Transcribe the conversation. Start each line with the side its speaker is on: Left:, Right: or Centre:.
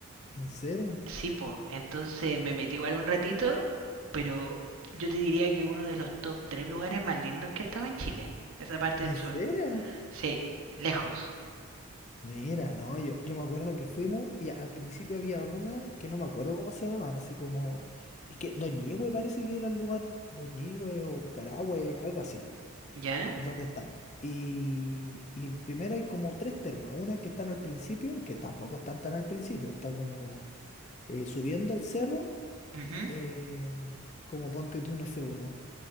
Left: ¿En serio?
Right: Sí, po, entonces me metí igual un ratito, pero yo te diría que uno de los top 3 lugares más lindos que he estado en Chile, esa parte
Left: ¿En
Right: del sur.
Left: serio?
Right: Sí, lejos.
Left: Mira, no, yo, yo me acuerdo que fuimos y al principio había una que no me acuerdo cómo se llamaban, así como, es que Doñigüe parece que era el lugar, Doñigüe o Carahue, algo así.
Right: ¿Ya?
Left: donde están. Y, y primero hay como tres termas, una que están al principio, que tampoco están tan al principio, está como eh, subiendo al cerro,
Right: Ujú,
Left: eh, como ponte tú, no sé, unos